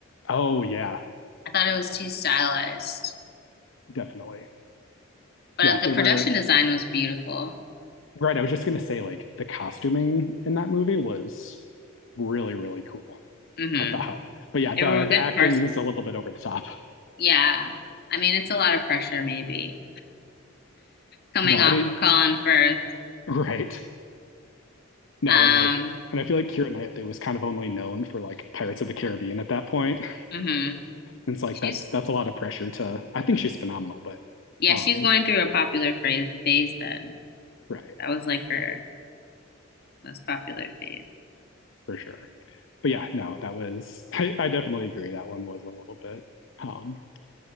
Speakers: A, on the left (about 70°); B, on the left (about 50°).
A: Oh yeah,
B: I thought it was too stylized.
A: definitely.
B: But
A: Yeah,
B: uh, the
A: they
B: production
A: were
B: design was beautiful.
A: right. I was just gonna say like the costuming in that movie was really really cool.
B: hmm
A: I thought, but yeah, the
B: There were good
A: the acting
B: parts.
A: is a little bit over the top.
B: Yeah. I mean, it's a lot of pressure maybe. Coming
A: No,
B: off
A: I didn't.
B: of Colin Firth.
A: <laughs> Right. No,
B: Um,
A: and like, and I feel like Keira Knightley was kind of only known for like Pirates of the Caribbean at that point.
B: hmm
A: And it's like
B: She's
A: that's that's a lot of pressure to I think she's phenomenal, but
B: Yeah,
A: um
B: she's going through a popular phrase phase then.
A: right,
B: That was like her most popular phase.
A: for sure. But yeah, no, that was I, I definitely agree that one was a little bit um